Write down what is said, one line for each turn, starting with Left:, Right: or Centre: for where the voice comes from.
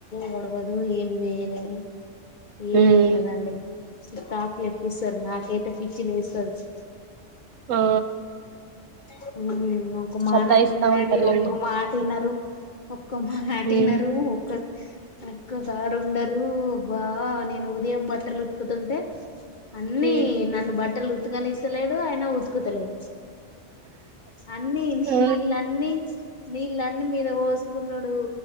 Left: మడబదు ఏం మేలే ఏదుండదండి
Right: ఉమ్
Left: చకా ఎపిసర్ నాకె పిచ్చి లేస్తాంది
Right: ఆ
Left: అవు ఒక మానంగినరండి
Right: సత్తాయిస్తా ఉంటారులేండి
Left: ఒక్క మాట వినరు అఓ కొమ్మ నాటినరు
Right: ఉమ్
Left: ఒక్క ఒక్క కాడ ఉండరు బా నేను ఉదయం బట్టలు ఉతుకుతుంటే అన్నీ
Right: ఉమ్
Left: నన్ బట్ట బట్టలు ఉతుకనిస్తలేడు అయన ఉతుకుతలేడు అన్నీ న
Right: ఆ
Left: ఇల్ అన్నీ నీళ్ళన్నీ మీద పోసుకున్నడు